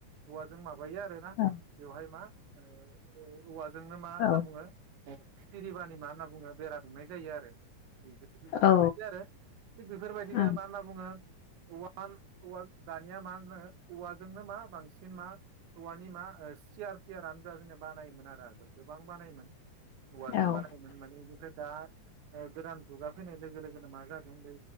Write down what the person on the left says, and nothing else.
औ
औ
औ
औ
औ